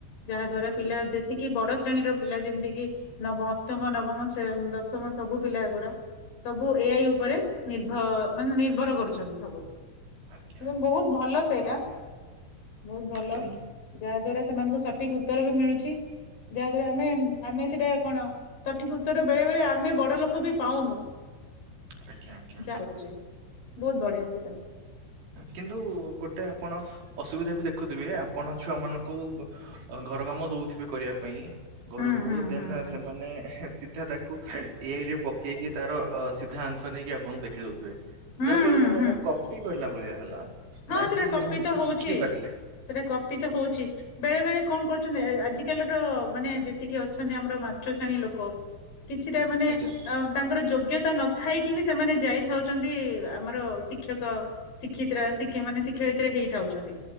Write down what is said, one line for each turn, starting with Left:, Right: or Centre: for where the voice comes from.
Left: ଯାହା ଦ୍ଵାରା ପିଲା ଯେତିକି ବଡ ଶ୍ରେଣୀର ପିଲା ଯେମିତିକି ନବ ଅଷ୍ଟମ ନବମ ଶ୍ରେ ଦଶମ ସବୁ ପିଲା ଗୁଡା ସବୁ ଏ ଆଇ ଉପରେ ନିର୍ଭର ମାନେ ନିର୍ଭର କରୁଛନ୍ତି ସବୁ।
Right: ଆଜ୍ଞା
Left: ବହୁତ ଭଲ ସେଇଟା, ବହୁତ ଭଲ।
Right: କିନ୍
Left: ଯାହା ଦ୍ଵାରା ସେମାନଙ୍କୁ ସଠିକ ଉତ୍ତର ବି ମିଳୁଚି। ଯାହାଦଵାରା ଆମେ, ଆମେ ସେଟା କଣ ସଠିକ ଉତ୍ତର ବେଳେ- ବେଳେ ଆମେ ବଡ ଲୋକ ବି ପାଉନୁ।
Right: ଆଜ୍ଞା ଆଜ୍ଞା।
Left: ଯା କରୁଛି। ବହୁତ ବଢିଆ ସେଟା।
Right: କିନ୍ତୁ ଗୋଟେ ଆପଣ। ଅସୁବିଧା ବି ଦେଖୁଥିବେ, ଆପଣ ଛୁଆ ମାନଙ୍କୁ ଘର କାମ ଦଉଥିବେ କରିବା ପାଇଁ, ଘରକୁ
Left: ହୁଁ ହୁଁ
Right: ଦେନ
Left: ହୁଁ ହୁଁ
Right: ସେମାନେ ସିଧା ତା, ଆଇରେ ପକେଇକି ତାର ସିଧା ଆନ୍ସ ନେଇକି ଆପଣଙ୍କୁ ଦେଖି ଦଉଥିବେ।
Left: ହୁଁ
Right: ଯାହା ଫଳରେ
Left: ହୁଁ
Right: ସେଟ,
Left: ହୁଁ
Right: କରିଲା ଭଳିଆ ହେଲା।
Left: ହଁ
Right: ନା
Left: ସେଟା
Right: କି କିଛି
Left: କପି ତ ହଉଛି।
Right: ଶିଖେଇ ପାରିଲେ,
Left: ସେଟା କପି ତ ହଉଛି। ବେଳେ -ବେଳେ କଣ କରୁଛନ୍ତି, ଆଜିକାଲିର ମାନେ ଯେତିକି ଅଛନ୍ତି ଆମର ମାଷ୍ଟ ଶ୍ରେଣୀ ଲୋକ, କିଛିଟା ମାନେ
Right: ଆଜ୍ଞା
Left: ଅ ତାଙ୍କର ଯୋଗ୍ୟତା ନ, ଥାଇକି ବି ସେମାନେ ଯାଇଥାଉଛନ୍ତି, ଆମର ଶିକ୍ଷକ, ଶିକ୍ଷିତ ଶିକଷ ମାନେ ଶିକ୍ଷୟିତ୍ରୀରେ ହେଇଥାଉଛନ୍ତି।